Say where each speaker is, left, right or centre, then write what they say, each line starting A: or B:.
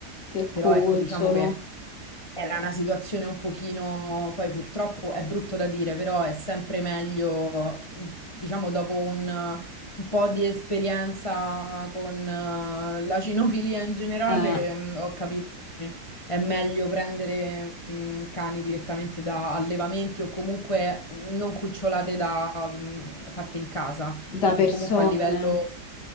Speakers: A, on the left; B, on the left.
A: Che
B: Però
A: cucciolo.
B: ecco, diciamo che era una situazione un pochino, poi purtroppo è brutto da dire, però è sempre meglio, diciamo, dopo un, un po' di esperienza con eh, la cinofilia in generale,
A: Eh,
B: mh, ho capito che è meglio prendere mh, cani direttamente da allevamenti o comunque non cucciolate da, mh, fatte in casa,
A: da
B: perché
A: persone.
B: comunque a livello